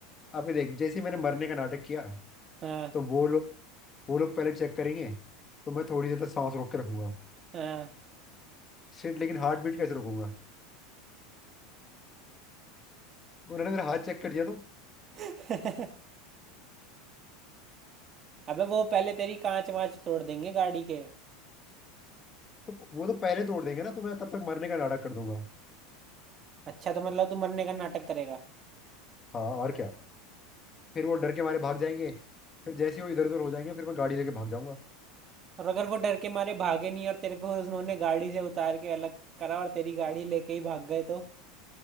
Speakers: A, on the left; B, on the right.
A: अभी देख जैसे ही मैंने मरने का नाटक किया
B: हाँ
A: तो वो लोग वो लोग पहले चेक करेंगे तो मैं थोड़ी देर तक सांस रोक के रखूंगा
B: हाँ
A: सिर्फ लेकिन हार्ट बीट कैसे रोकूंगा उन्होंने मेरा हाथ चेक कर दिया तो,
B: <laughs> अबे वो पहले तेरी कांच वांच तोड़ देंगे गाड़ी के
A: तो वो तो पहले तोड़ देंगे ना तो मैं तब तक मरने का नाटक कर दूंगा
B: अच्छा तो मतलब तू मरने का नाटक करेगा
A: हाँ और क्या फिर वो डर के मारे भाग जाएंगे फिर जैसे ही वो इधर उधर हो जाएंगे फिर मैं गाड़ी लेके भाग जाऊंगा
B: और अगर वो डर के मारे भागे नहीं और तेरे को उन्होंने गाड़ी से उतार के अलग करा और तेरी गाड़ी लेके ही भाग गए तो